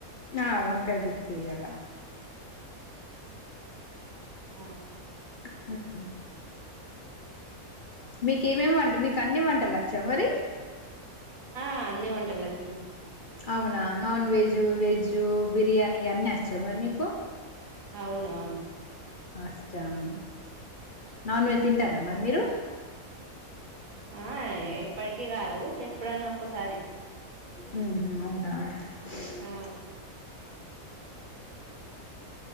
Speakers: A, on the left (about 45°); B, on the right (about 70°).
A: నా వంకాయ గుత్తు ఇయ్యలా
B: ఆా
A: ఓకే మీకే ఏమేమి వంట మీకు అన్ని వంటలు వచ్చా మరి
B: ఆ అన్నీ వంటాలు వచ్ చూ
A: అవునా నాన్ వెజ్ వెజ్ బిర్యానీ అన్నీ వచ్చా మరి నీకు
B: అవునవును
A: అస్సల్ నాన్ వెజ్ తింటారా మరి మీరు
B: ఆ ఇప్పటికిీ కాదు ఎప్పుడన్నా ఒక్కసారి
A: ఉ అవునా ఇనో అడిబుల్
B: ఆ